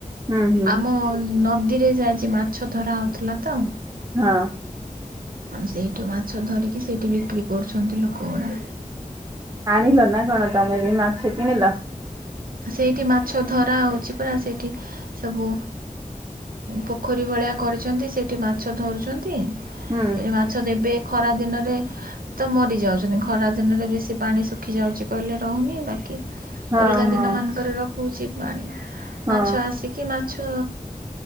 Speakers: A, on the right (about 25°); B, on the right (about 85°).
A: ହୁଁ ହୁଁ
B: ଆମ ନଦୀରେ ଯେ ଆଜି ମାଛ ଧରା ହଉଥିଲା ତ
A: ହଁ।
B: ସେଇଠୁ ମାଛ ଧରିକି, ସେଇଠି ବିକ୍ରି କରୁଛନ୍ତି ଲୋକ ଗୁଡ଼ା।
A: ଆଣିଲ ନା କଣ, ତମେ ବି ମାଛ କିଣିଲ?
B: ସେଇଠି ମାଛ ଧରା ହେଉଛି ପରା, ସେଇଠି ସବୁ ପୋଖରୀ ଭଳିଆ କରିଚନ୍ତି, ସେଇଠି ମାଛ ଧରୁଚନ୍ତି।
A: ହୁଁ
B: ସେଠି ମାଛ ଦେବେ, ଖରା ଦିନରେ ତ ମରି ଯାଉଚନ୍ତି, ଖରା ଦିନରେ ବେଶୀ ପାଣି ଶୁଖି ଯାଉଚି କହିଲେ ରହୁନି, ବାକି
A: ହଁ
B: ବର୍ଷା
A: ହଁ
B: ଦିନ ମାନଙ୍କରେ ରଖୁଛି ପାଣି,
A: ହଁ
B: ମାଛ ଆସି କି ମାଛ